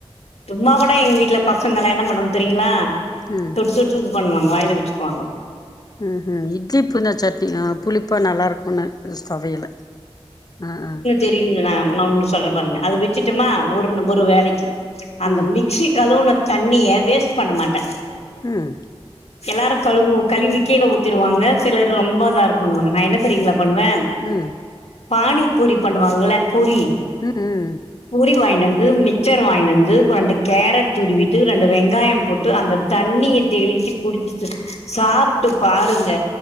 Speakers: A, on the left; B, on the left.
A: சும்மா கூட எங்க வீட்டுல பசங்க என்ன பண்ணு தெரியுங்களா
B: ம்.
A: தொட்டு சூஸ் பண்ணுவாங்க வாய்ல இத வச்சுக்கு வாங்கோ
B: ம் ம் இட்லி புதினா சட்னி புளிப்பாக நல்லாயிருக்கும்ன்னு தொவையல்லு ஆ ஆ
A: தெரியுன்னு சொன்ன பாருங்க அதை வச்சுட்டன்னா ஒரு ஒரு வேலைக்கு அந்த
B: ம்,
A: மி ச்சி கழுவுன தண்ணிய வேஸ்ட் பண்ண மாட்டே
B: ம்
A: எல்லாரு கழுவு கழவி கீழ ஊத்திர்வாங்க சிலர் ரொம்ப இதா இருக்குனுவாங்க நா என்ன தெரியுங்களா பண்ணுவே
B: ம்
A: பானிப் பூரி பண்ணுவாங்கல்ல பூரி
B: ம் ம்
A: பூரி வாங்கிண்டு வந்து மிக்சர் வாங்கின்னு வந்து ரெண்டு கேரட் துருவிட்டு ரெண்டு வெங்காயோ போட்டு அந்த தண்ணிய தெளிச்சு குடிச்சுட்டு சாப்ட்டு பாருங்க